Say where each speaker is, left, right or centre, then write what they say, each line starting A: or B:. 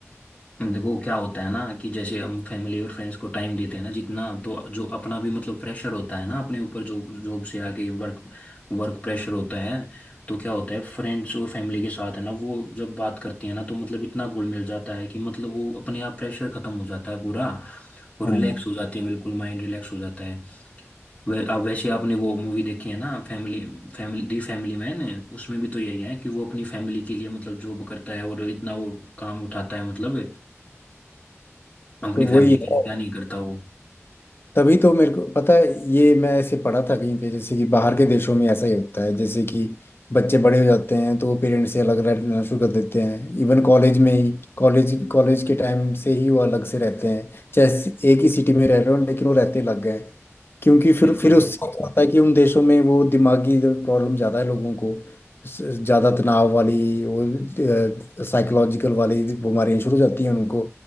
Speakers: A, on the left; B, on the left.
A: देखो क्या होता है ना कि जैसे हम फैमिली और फ्रेंड्स को टाइम देते हैं ना जितना तो जो अपना भी मतलब प्रेशर होता है ना अपने ऊपर जो जॉब से आके वर्क वर्क प्रेशर होता है तो क्या होता है फ्रेंड्स और फैमिली के साथ है ना वो जब बात करती है ना तो मतलब इतना घुल मिल जाता है कि मतलब वो अपने आप प्रेशर खत्म हो जाता है पूरा और
B: हाँ
A: रिलैक्स हो जाती है बिल्कुल माइंड रिलैक्स हो जाता है वे, अब वैसे आपने वो मूवी देखी है ना family family the family man उसमें भी तो यही है कि वो अपनी फैमिली के लिए मतलब जॉब करता है और इतना वो काम उठाता है मतलब अपनी
B: तो
A: फैमिली
B: वही
A: के
B: है
A: लिए क्या नहीं करता वो
B: तभी तो मेरे को पता है ये मैं ऐसे पढ़ा था कहीं पे जैसे कि बाहर के देशों में ऐसा ही होता है जैसे कि बच्चे बड़े हो जाते हैं तो वो पेरेंट्स से अलग रहना शुरू कर देते हैं इवन कॉलेज में ही कॉलेज कॉलेज के टाइम से ही वो अलग से रहते हैं जैसे एक ही सिटी में रह रहे हो लेकिन वो रहते लग गए क्योंकि फिर
A: बिल्कुल
B: फिर उससे क्या होता है कि उन देशों में वो दिमागी प्रॉब्लम ज़्यादा है लोगों को ज़्यादा तनाव वाली वो साइकोलॉजिकल वाली बीमारियाँ शुरू हो जाती हैं उनको